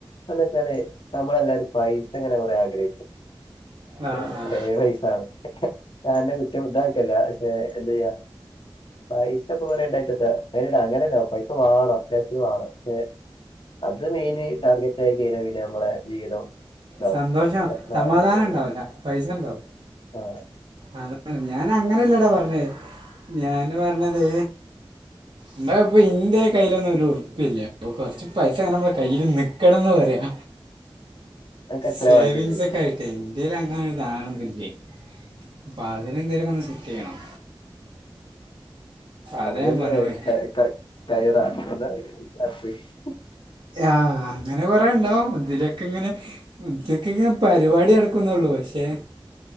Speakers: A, on the left; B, on the right.
A: എന്ന് വെച്ചാല്. നമ്മളെല്ലരും പൈസങ്ങനെ കൊറെ ആഗ്രഹിച്ച്
B: ആ
A: എ
B: ആ
A: കൊറെ പൈസാണ്. ഞാൻ എന്റെ കുറ്റം ഇതാക്കല്ല പക്ഷെ എന്തെയ്യാ പൈസപ്പ കൊറെ ണ്ടായിട്ടെത്ത അനല്ല അങ്ങല്ല പൈസ വാണം അത്യാവശത്തിന് വാണം പക്ഷെ. അത് മെയിന് ടാർഗറ്റായി കഴിഞ്ഞ പിന്നെ നമ്മളെ ജീവിതം. ഇതാവും
B: സന്തോഷം
A: പ്രശ്നാവും
B: സമാധാനണ്ടാവൂല
A: പിന്നെ ഫുള്ള്
B: പൈസണ്ടാവും.
A: ആഹ് തെ.
B: അതാണ് ഞാനങ്ങനല്ലടാ പർഞ്ഞത് ഞാന് പർഞ്ഞത്. മ്മ പിന്റെ കയ്യിലൊന്നും ഒരുർപ്പ്യല്ലാട്ടോ കൊർച്ച്. പൈസങ്ങനെ മ്മളെ കയ്യില് നിക്കണംന്ന് പറയാ.
A: അനക്ക് എത്രയാ
B: സേവിംഗ്സൊക്കെ
A: വേണ്ടിയത്
B: ആയിട്ടേ. ഇതിലങ്ങനൊരു സാനൊന്നും ഇല്ലേ പ്പ അതിനെന്തെങ്കിലൊക്കൊന്ന് സെറ്റെയ്യണം. അതാ
A: അതിനല്ലേ
B: ഞാൻ പറഞ്ഞു പോയി
A: ക ക കയറാ എന്താ <unintelligible>
B: ആഹ് അങ്ങനെ കൊറേണ്ടാവും ഇതിലൊക്കെങ്ങനെ. ഉദ്ദക്കൊക്കെ പരിപാടി നട്ക്കുന്നൊള്ളൂ പക്ഷേ.